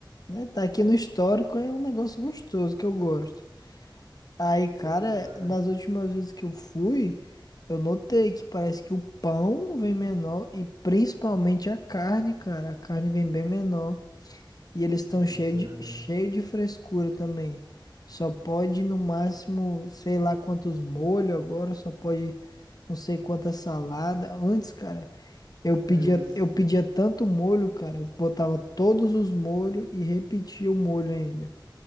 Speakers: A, on the left; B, on the right.
A: Né, tá aqui no histórico, é um negócio gostoso que eu gosto. Aí, cara,
B: Pois é,
A: nas últimas vezes que eu fui, eu notei que parece que o pão vem menor e principalmente a carne, cara. A carne vem bem menor. E eles estão
B: pois
A: cheio
B: é,
A: de,
B: velho.
A: cheio de frescura também. Só pode no máximo, sei lá quantos molhos agora, só pode não sei quanta salada. Antes, cara, eu
B: É,
A: pedia,
B: eles
A: eu pedia tanto molho, cara, eu botava todos os molhos e repetia o molho ainda.